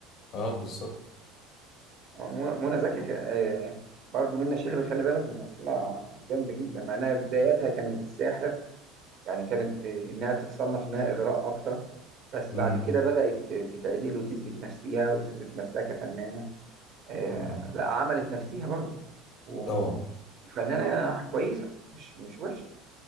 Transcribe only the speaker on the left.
اه بالظبط
امم
أمم،
طبعا